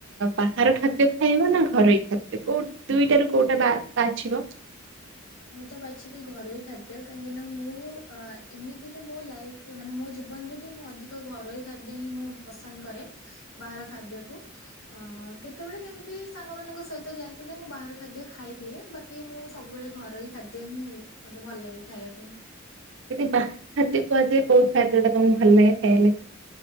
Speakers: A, on the right (about 65°); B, on the left (about 80°).
A: ବାହାର ଖାଦ୍ୟ ଖାଇବ ନା ଘରୋଇ ଖାଦ୍ୟ କୋଉ ଦୁଇଟାରୁ କୋଉଟା ବାଛିବ
B: ମୁଁ ତ ବାଛିବି ଘରୋଇ ଖାଦ୍ୟ କାହିଁକିନା ମୁଁ ଏମିତି ବି ମୋ ଲାଇଫରେ ମାନେ ମୋ ଜୀବନରେ ବି ମୁଁ ଅଧିକ ଘରୋଇ ଖାଦ୍ୟ ହିଁ ମୁଁ ପସନ୍ଦ କରେ ବାହାର ଖାଦ୍ୟଠୁ କେତେବେଳେ କେମିତି ସାଙ୍ଗ ମଙ୍କ ସହିତ ଯାଇଥିଲେ ମୁଁ ବାହାର ଖାଦ୍ୟ ଖାଇଦିଏ ବାକି ମୁଁ ସବୁବେଳେ ଘ ରହି ଖାଦ୍ୟ ହିଁ ମତେ ଭଲ ଲାଗେ ଖାଇବା ପାଇଁ
A: ଯଦି ବାହାର ଖାଦ୍ୟ କୁହାଯାଏ କୋଉ ଖାଦ୍ୟ ଟା ତମକୁ ଭଲ ଲାଗେ ଖାଇବା ଲାଗି